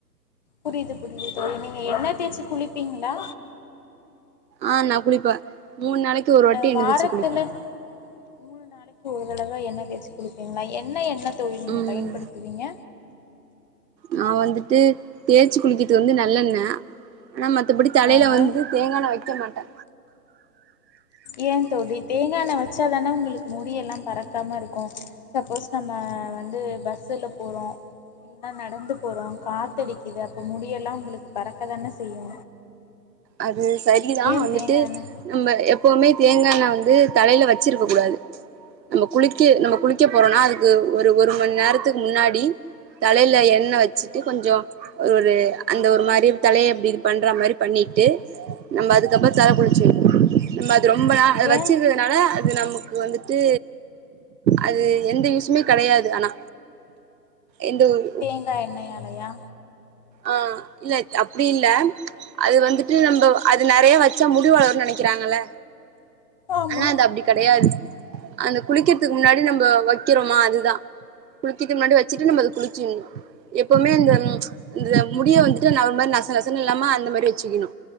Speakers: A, on the left; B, on the right.
A: புரியுது புரியுது தோழி நீங்க எண்ணெ தேச்சி குளிப்பீங்ளா
B: ஆ நா குளிப்பே மூண் நாளைக்கு ஒரு வாட்டி
A: ஆ
B: எழுந்திரிச்சு
A: வாரத்துல
B: குளிப்பே
A: மூண் நாளைக்கு ஒரு தடவ எண்ணெ தேச்சு குளிப்பீங்ளா என்ன எண்ணெ தோழி நீங்க
B: ம்
A: பயன்படுத்துவீங்க
B: நா வந்துட்டு தேச்சி குளிக்கத்துக்கு வந்து நல்லெண்ண ஆனா மத்தபடி தலையில
A: ஆஹா
B: வந்து தேங்கான்னெ வெக்க மாட்டே
A: ஏ தோழி தேங்காண்ணெ வெச்சா தான உங்ளுக்கு முடியெல்லா பறக்காமருக்கு சப்போஸ் நம்ம வந்து பஸ்சுல போறோ என்ன நடந்து போறோ காத்தடிக்கிது அப்போ முடியெல்லா உங்ளுக்கு பறக்க தான செய்யு
B: அது சரிதா
A: ஏன்
B: வந்துட்டு
A: தேங்கா எண்ணெ
B: நம்ம எப்பவுமே தேங்கா எண்ணெ வந்து தலையில வச்சிருக்க கூடாது நம்ம குளிக்க நம்ம குளிக்க போறோனா அதுக்கு ஒரு ஒரு மண் நேரத்துக்கு முன்னாடி தலையில எண்ணெ வச்சிட்டு கொஞ்சோ ஒரு அந்த ஒரு மாரி தலைய இப்டி இது பண்ற மாரி பண்ணி ட்டு நம்ப அதுக்கப்றோ தல குச்சிர்னு நம்போ அது ரொம்ப அத வச்சிரு
A: ஏன்
B: அதனால அது நமக்கு வந்துட்டு அது எந்த யுசுமே கெடையாது ஆனா எந்த ஒரு
A: தேங்கா எண்ணையாலையா
B: ஆ இல்லத் அப்டி இல்ல அது வந்துட்டு நம்போ அது நெறைய வச்சா முடி வளருன் நெனைக்கிறாங்கல்ல
A: ஆமா
B: ஆனா அது அப்டி கெடையாது அந்த குளிக்கிற்துக்கு
A: ஆஹா
B: முன்னாடி நம்போ வக்கிறோமா அதுதா குளிச்சிட்டு முன்னாடி வெச்சிட்டு நம்ப அத குளிச்சிர்னு எப்பவுமே அந்த இந்த முடிய வந்துட்டு நா ஒரு மாரி நச நசனு இல்லாம அந்த மேரி வெச்சிக்குணு